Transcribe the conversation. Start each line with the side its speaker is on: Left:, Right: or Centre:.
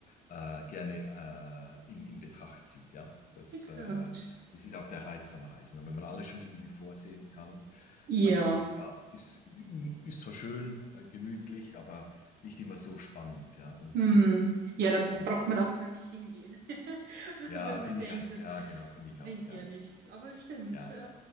Left: äh, gerne äh, in, in Betracht zieht. Ja, das,
Right: Exakt.
Left: äh, das ist auch der Reiz am Reisen. Und wenn man alles schon irgendwie vorsehen kann,
Right: Ja.
Left: dann ja, ist, ist zwar schön, äh, gemütlich, aber nicht immer so spannend, ja, und,
Right: Hm.
Left: und, und
Right: Ja, dann
Left: abenteuerhaft.
Right: braucht man auch gar nicht hingehen, <laughs>
Left: Ja,
Right: wenn man
Left: finde
Right: denkt,
Left: ich eigentlich,
Right: es
Left: ja, genau, finde ich
Right: bringt
Left: auch, ja.
Right: ja nichts. Aber stimmt,
Left: Ja,
Right: äh,